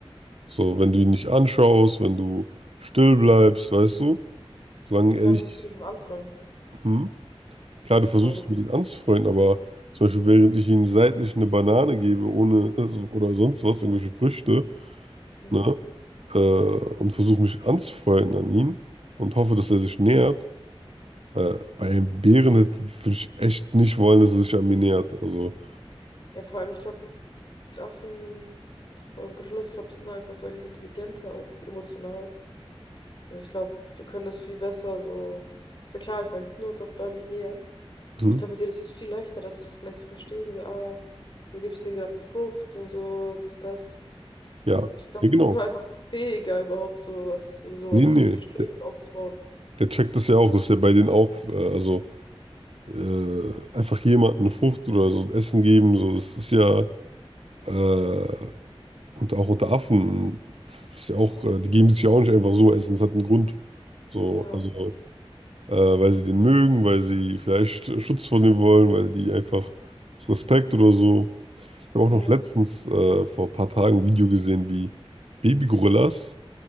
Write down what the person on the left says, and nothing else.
Ja,
du musst dich mit ihm anfreunden.
Aber du,
mhm.
Ja, vor allem, ich glaube, Affen, also vor allem Gorillas, ich glaube, die sind einfach deutlich intelligenter, auch emotional. Also ich glaube, die können das viel besser so. Ist ja klar, ich meine, die sind uns auch deutlich näher.
Ich glaube, mit denen ist es viel leichter, dass sie das vielleicht so verstehen. So, ah, du gibst ihnen gerade eine Frucht und so, dies, das.
Ich glaube,
die sind einfach fähiger, überhaupt sowas, so sowas
zu verstehen
und aufzubauen.
Ja.
Mhm.